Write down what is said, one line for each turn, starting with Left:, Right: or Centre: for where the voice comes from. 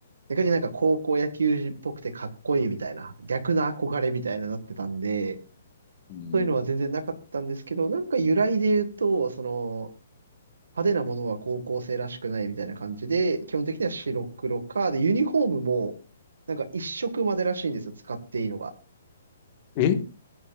Right: 逆になんか高校野球児っぽくてかっこいいみたいな、逆な憧れみたいななってたんで、
Left: うん。
Right: そういうのは全然なかったんですけど、なんか由来で言うと、その、派手なものは高校生らしくないみたいな感じで、基本的には白黒か、で、ユニフォームも、なんか一色までらしいんですよ、使っていいのが。
Left: え